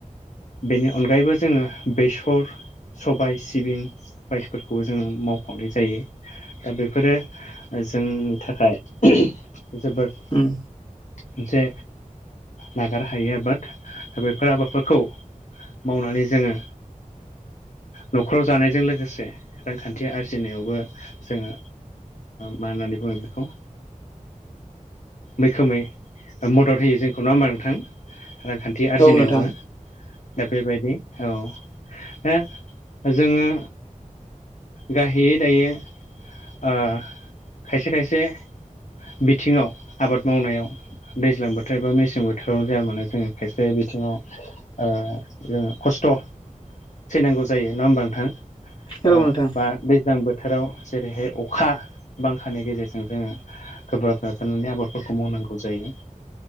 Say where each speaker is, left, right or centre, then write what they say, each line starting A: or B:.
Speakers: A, on the left; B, on the left.
A: बेनि अनगायैबो जोङो बेसर सबाय सिबिं बायदिफोरखौबो जोङो मावफावनाय जायो। दा बेफोरो जोंनि थाखाय जोबोद
B: उम
A: मोनसे नागार हायि आबाद दा बेफोर आबादफोरखौ मावनानै जोङो न'खराव जानायजों लोगोसे रांखान्थि आरजिनायावबो जोङो मा होननानै बुङो बेखौ मैखोमै मदद होयो जोंखौ नङा होमबा नोथां रांखान्थि आरजिनायावबो।
B: औ नोंथां
A: दा बेबायदि औ दा जोङो गाहाययै दायो खायसे खायसे बिथिङाव आबाद मावनायाव दैज्लां बोथोर एबा मेसें बोथोरावनो जाया मानो जोङो खायसे बिथिङाव ओ जों खस्थ' सैनांगौ जायो नङा होमबा नोंथां?
B: औ
A: दा
B: नोंथां
A: दा दैज्लां बोथोराव जेरैहाय अखा बांखानि गेजेरजों जोङो गोब्राब नाजानानै आबादफोरखौ मावनांगौ जायो।